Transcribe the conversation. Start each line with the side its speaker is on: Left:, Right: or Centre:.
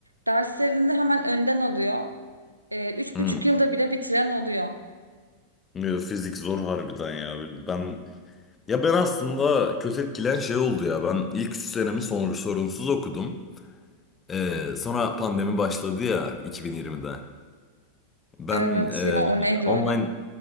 Right: derslerini hemen önden alıyor. E, üç
Left: Hı.
Right: buçuk yılda bile bitiren oluyor.
Left: Yo, Fizik zor harbiden ya. Ben ya ben aslında kötü etkilen şey oldu ya. Ben ilk 3 senemi son, sorunsuz okudum. Ee, sonra pandemi başladı ya 2020'de. Ben
Right: Evet
Left: e,
Right: ya o neydi
Left: online
Right: öyle?